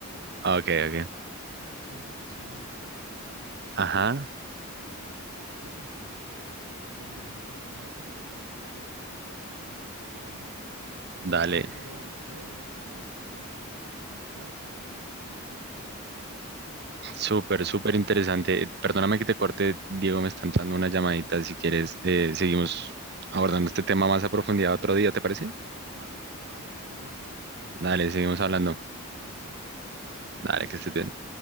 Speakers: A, on the right; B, on the right.
A: ok,
B: Ah,
A: ok.
B: ciencia ficción y realidad social.
A: Ajá,
B: Y pues eso, este, tiene muchos formatos, este, en las distintas temporadas. Lo
A: dale.
B: primero es peor, lo último es un poquito mejor, pero son formatos distintos. Entonces,
A: Súper,
B: eh,
A: súper interesante. Eh, Perdóname que te corte, Diego, me está entrando una llamadita. Si quieres, eh, seguimos abordando este tema más a profundidad otro día, ¿te parece?
B: vale, vale. Qué gusto, Juan.
A: Dale, seguimos hablando.
B: Buenos tiempos.
A: Dale, que estés bien.